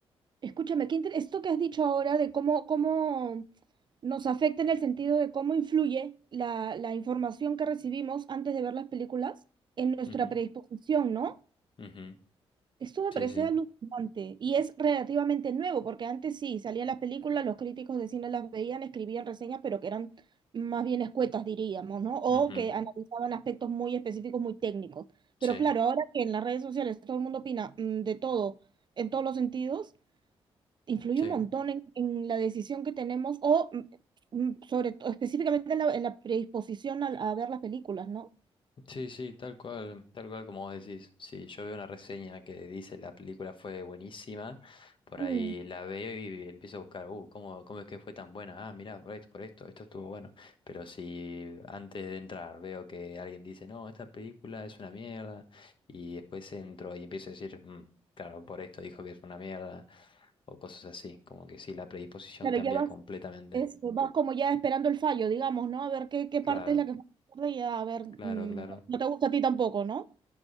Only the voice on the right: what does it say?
Escúchame, qué inter- esto que has dicho ahora de cómo, cómo nos afecta en el sentido de cómo influye la, la información que recibimos antes de ver las películas en nuestra
predisposición, ¿no?
Esto me
parece
alucinante y es relativamente nuevo, porque antes sí, salían las películas, los críticos de cine las veían, escribían reseñas, pero que eran más bien escuetas, diríamos, ¿no? O
que analizaban aspectos muy específicos, muy técnicos.
Pero claro, ahora que en las redes sociales todo el mundo opina mm, de todo, en todos los sentidos influye
un montón en, en la decisión que tenemos o mm, mm, sobre todo específicamente en la, en la predisposición a, a ver las películas, ¿no?
Mm,
Claro,
ya vas,
eso, vas como ya esperando el fallo, digamos, ¿no? A ver qué, qué
parte es la que falla y a ver, mm,
no te gusta a ti tampoco, no